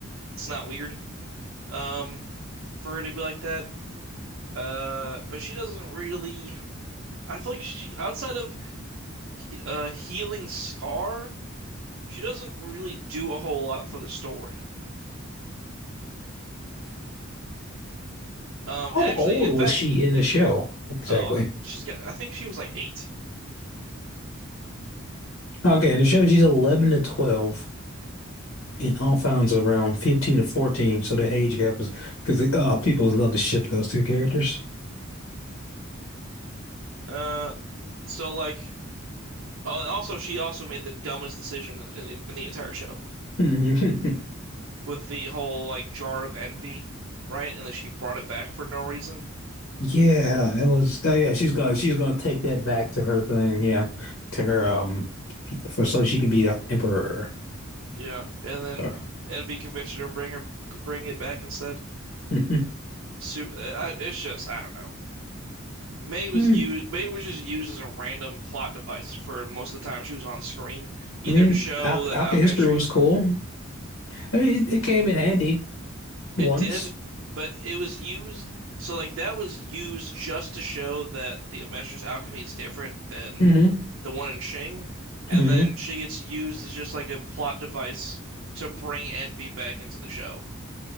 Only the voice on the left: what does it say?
How
old
was
she in the show? Exactly.
Okay, in the show, she's 11 to 12. and Alphonse is around 15 to 14, so the age gap is because uh, people love to ship those two characters.
<laughs>
Yeah, it was. Oh yeah, she's gonna she's gonna take that back to her thing. Yeah, to her um for so she can be the emperor. <laughs>
Uh,
mhm.
Hmm.
I mean,
Al
Alka
history was cool. I mean, it, it came in handy
once.
hmm
hmm